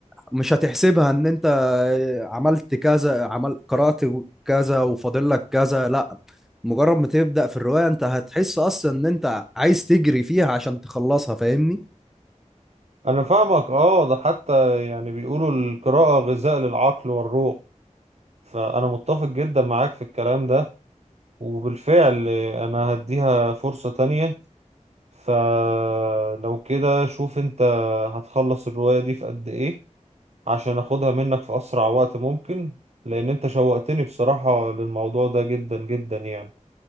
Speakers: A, in the centre; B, on the right.
A: مش هتحسبها ان انت عملت كذا عمل قرأت كذا وفاضل لك كذا لا مجرد ما تبدأ في الرواية انت هتحس اصلا ان انت عايز تجري فيها عشان تخلصها فاهمني
B: انا فاهمك اه ده حتى يعني بيقولوا القراءة غذاء للعقل والروح فانا متفق جدا معاك في الكلام ده وبالفعل انا هديها فرصة تانية فلو كده شوف انت هتخلص الرواية دي في قد ايه عشان اخدها منك في اسرع وقت ممكن لان انت شوقتني بصراحة للموضوع ده جدا جدا يعني